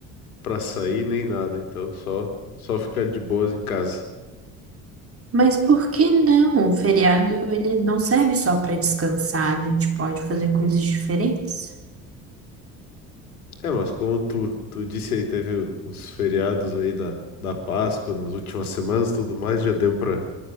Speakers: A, on the left (about 75°); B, on the right (about 30°).
A: pra sair nem nada. Então só, só ficar de boas em casa.
B: Mas por que não? O feriado ele não serve só para descansar, a gente pode fazer coisas diferentes.
A: É, mas como tu, tu disse aí, teve os feriados aí da, da Páscoa nas últimas semanas e tudo mais, já deu pra